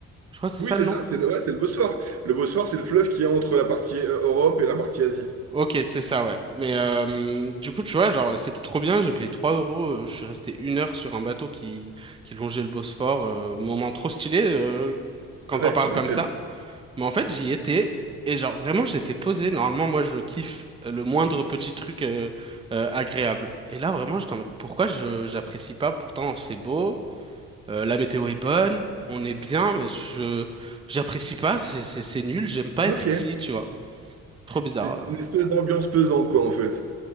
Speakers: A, on the right; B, on the right.
A: Je crois que c'est
B: Oui,
A: ça
B: c'est
A: le nom.
B: ça, c'est le, ouais, c'est le Bosphore. Le Bosphore, c'est le fleuve qui est entre la partie euh, Europe et la partie Asie.
A: Ok, c'est ça, ouais. Mais euh, du coup, tu vois, genre, c'était trop bien. J'ai payé 3 euros. euh, Je suis resté une heure sur un bateau qui, qui longeait le Bosphore. euh, moment trop stylé euh, quand
B: Ouais,
A: on parle
B: tu m'étonnes.
A: comme ça. Mais en fait, j'y étais et genre vraiment j'étais posé. Normalement, moi je kiffe euh, le moindre petit truc euh, euh, agréable. Et là vraiment, j'étais en mode, pourquoi je j'apprécie pas? Pourtant c'est beau, euh, la météo est bonne, on est bien, mais je j'apprécie pas. C'est c'est c'est nul. J'aime pas
B: Ok.
A: être ici, tu vois. Trop bizarre.
B: C'est
A: Euh,
B: une espèce d'ambiance pesante, quoi, en fait.